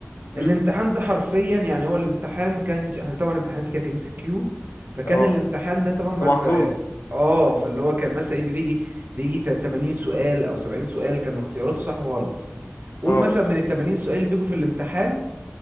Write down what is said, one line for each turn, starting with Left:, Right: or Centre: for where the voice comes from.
Left: مم.
Right: الامتحان ده حرفيا يعني هو الامتحان ما كانش احنا طبعا امتحاناتي كانت ام سي كيو فكان
Left: اه.
Right: الامتحان ده طبعا ما
Left: انت
Right: في
Left: محظوظ
Right: اه فاللي هو كان مثلا يجي- بيجي بيجي تا- 80 سؤال او 70 سؤال كانوا اختياراته صح وغلط قول
Left: اه
Right: مثلا من ال 80 سؤال اللي بيجوا في الامتحان